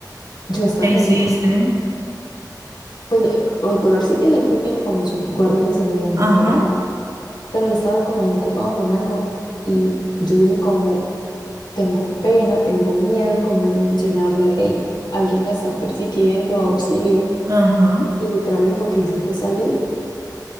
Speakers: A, on the left; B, on the right.
A: Yo
B: ¿Y
A: hasta
B: qué hiciste?
A: pensé como, pues eh, el Dollar City siempre tiene como sus guardas de seguridad en
B: Ajá,
A: la entrada, pero él estaba como ahí ocupado con algo y yo dije como, tengo pena, tengo miedo como de mencionarle, hey, alguien me está persiguiendo, auxilio.
B: ajá,
A: Y literal lo único que hice fue salir,